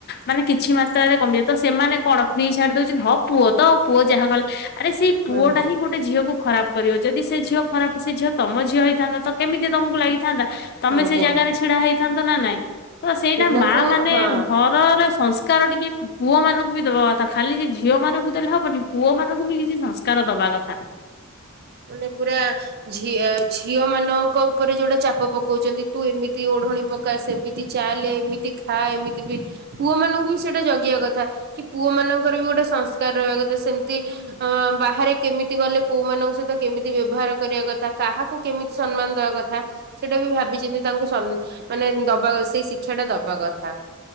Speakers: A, on the left; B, on the right.
A: ମାନେ କିଛି ମାତ୍ରାରେ କମିିବ, ତ ସେମାନେ କଣ? ଫ୍ରି ଛାଡି ଦଉଚନ୍ତି, ହଁ ପୁଅ ତ ଆଉ ପୁଅ ଯାହା କଲେ ଆରେ ସେଇ ପୁଅ
B: ହୁଁ
A: ଟା ହିଁ ଗୋଟେ ଝିଅକୁ। ଖରାପ କରିବ, ଯଦି ସେ ଝିଅ ଖରାପ ସେ ଝିଅ ତମଝିଅ ହେଇଥାନ୍ତା କେମିତି ତମକୁ ଲାଗିଥାନ୍ତା? ତମେ
B: ଆଜ୍ଞା।
A: ସେ ଜାଗାରେ ଛିଡା ହେଇଥାନ୍ତ ନା ନାଇଁ? ତ ସେଇଟା
B: ପିଲାଙ୍କୁ
A: ମା ମାନେ
B: ହଁ
A: ଘ ଘରର ସଂସ୍କାର ଟିକେ ପୁଅ ମାନଙ୍କୁ ବି ଦବା କଥା। ତ ଖାଲି ଝିଅ ମାନଙ୍କୁ ଦେଲେ ହବନି। ପୁଅ ମାନଙ୍କୁ ବି କିଛି ସଂସ୍କାର ଦବା କଥା।
B: ମାନେ ପୁରା ଝିଅ, ଝିଅ ମାନଙ୍କ ଉପରେ ଯୋଉଟା ଚାପ ପକଉଛନ୍ତି ତୁ ଏମିତି ଓଢଣୀ ପକା ସେମିତି ଚାଲେ, ଏମିତି ଖା, ଏମିତି ବି ପୁଅ ମାନଙ୍କୁ ବି ସେଇଟା ଜଗିବା କଥା। କି ପୁଅ ମାନଙ୍କର ବି ଗୋଟେ ସଂସ୍କାର ରହିବା କଥା। ସେମିତି ଅ ବାହାରେ କେମିତି ଗଲେ କୋଉମାନଙ୍କ ସହିତ କେମିତି ବ୍ୟବହାର କରିବା କଥା। କାହାକୁ କେମିତି ସମ୍ମାନ ଦବା କଥା। ସେଇଟା ବି ଭାବିଚିନ୍ତି ତାଙ୍କୁ ସ ମାନେ ଦବା ସେଇ ଶିକ୍ଷାଟା ତାଙ୍କୁ ଦବା କଥା।